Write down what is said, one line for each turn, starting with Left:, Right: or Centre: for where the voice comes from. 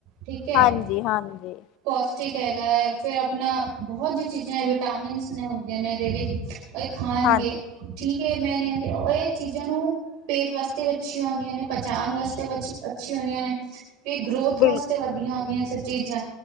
Right: ਠੀਕ ਹੈ।
Left: ਹਾਂਜੀ ਹਾਂਜੀ
Right: ਕੋਸਟਿਕ ਹੈਗਾ ਹੈ ਫ਼ਿਰ ਆਪਣਾ ਬਹੁਤ ਜਿਹੀ ਚੀਜ਼ਾਂ ਵਿਟਾਮਿਨਸ ਨੇ ਹੁੰਦੀਆਂ ਨੇ ਇਹਦੇ ਵਿੱਚ ਇਹ ਖਾਣਗੇ
Left: ਹਾਂਜੀ
Right: ਠੀਕ ਮੈਂ ਨੀ ਕਹਿੰਦੀ ਇਹ ਚੀਜ਼ਾਂ ਨੂੰ ਪੇਟ ਵਾਸਤੇ ਵੀ ਅੱਛੀਆਂ ਆਉਂਦੀਆਂ ਨੇ ਪਚਾਣ ਵਾਸਤੇ ਅੱਛੀ ਹੁੰਦੀਆਂ ਨੇ ਫ ਗਰੋਥ
Left: ਬਿਲਕੁਲ
Right: ਵਾਸਤੇ ਵਧੀਆ ਹੁੰਦੀਆਂ ਏਹ ਸਭ ਚੀਜ਼ਾਂ